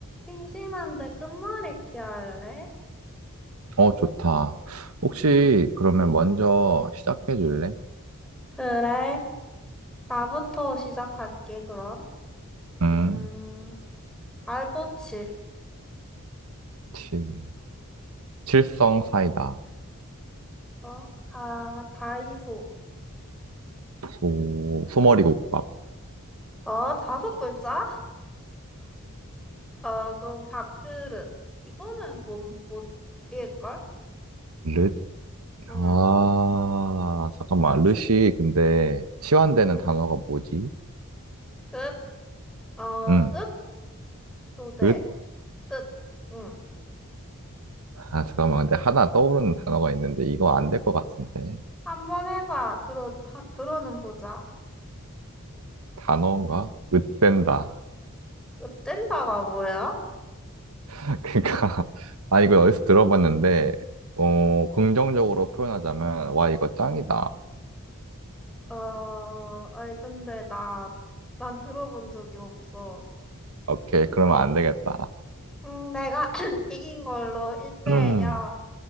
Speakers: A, in the centre; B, on the right.
A: 심심한데 끝말잇기 할래?
B: 어, 좋다. 혹시 그러면 먼저 시작해 줄래?
A: 그래. 나부터 시작할게, 그럼.
B: 음,
A: 음, 알보칠.
B: 칠, 칠성 사이다.
A: 어? 다, 다이소.
B: 소, 소머리국밥.
A: 어, 다섯 글자? 어, 그럼 밥그릇. 이거는 못, 못일걸
B: 릇?
A: 응.
B: 아, 잠깐만. 릇이 근데 치환되는
A: 응,
B: 단어가 뭐지?
A: 읒? 어,
B: 응,
A: 읒? 도대.
B: 릇?
A: 읒. 응.
B: 아, 잠깐만. 근데 하나 떠오르는 단어가 있는데 이거 안 될 것 같은데.
A: 한번 해봐. 들어, 하, 들어는 보자.
B: 단어인가? 릇된다.
A: 읒된다가 뭐야?
B: <laughs> 그러니까, 아, 이거 어디서 들어봤는데, 어, 긍정적으로 표현하자면, 와, 이거 짱이다.
A: 어, 아니, 근데 나, 난 들어본 적이 없어.
B: 오케이, 그러면 안 되겠다.
A: 음, 내가 <clears throat> 이긴 걸로 1대
B: 음,
A: 0.